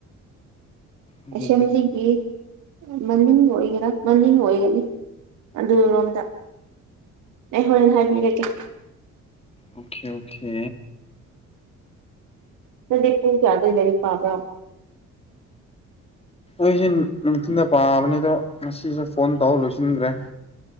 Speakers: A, on the left; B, on the right.
A: ꯑꯗꯨꯗꯤ
B: ꯑꯦꯁꯦꯝꯕ꯭ꯂꯤꯒꯤ ꯃꯃꯤꯡ ꯑꯣꯏꯒꯦꯔꯥ ꯃꯃꯤꯡ ꯑꯣꯏꯒꯅꯤ ꯑꯗꯨꯔꯣꯝꯗ ꯑꯩ ꯍꯣꯔꯦꯟ ꯍꯥꯏꯕꯤꯔꯛꯀꯦ
A: ꯑꯣꯈꯦ ꯑꯣꯈꯦ
B: ꯅꯪꯗꯤ ꯄꯨꯡ ꯀꯌꯥꯗ ꯂꯥꯏꯔꯤꯛ ꯄꯥꯕ꯭ꯔꯥ
A: ꯑꯩꯁꯦ ꯅꯨꯡꯊꯤꯜꯗ ꯄꯥꯕꯅꯤ ꯑꯗꯣ ꯉꯁꯤꯁꯦ ꯐꯣꯟ ꯇꯧ ꯂꯣꯏꯁꯤꯟꯈ꯭ꯔꯦ